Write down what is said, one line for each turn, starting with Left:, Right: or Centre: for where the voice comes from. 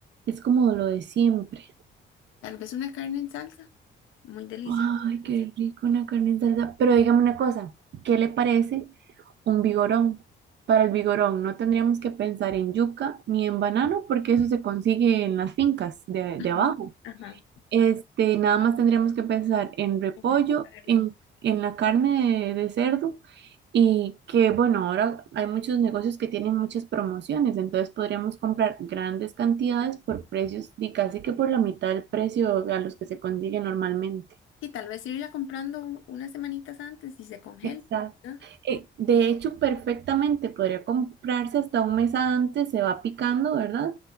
Right: es como lo de siempre.
Left: Tal vez una carne en salsa, muy deliciosa.
Right: Ay, qué
Left: es.
Right: rico una carne en salsa. Pero dígame una cosa, ¿qué le parece un vigorón? Para el vigorón no tendríamos que pensar en yuca ni en banano porque eso se consigue en las fincas de,
Left: Ajá,
Right: de abajo.
Left: ajá,
Right: Este, nada más tendríamos que pensar en repollo,
Left: la carne.
Right: en, en la carne de, de cerdo y que, bueno, ahora hay muchos negocios que tienen muchas promociones, entonces podríamos comprar grandes cantidades por precios y casi que por la mitad del precio a los que se consigue normalmente.
Left: Y tal vez irla comprando un- unas semanitas antes y se congela,
Right: Exacto.
Left: ¿no?
Right: Eh, de hecho, perfectamente podría comprarse hasta un mes antes, se va picando, ¿verdad?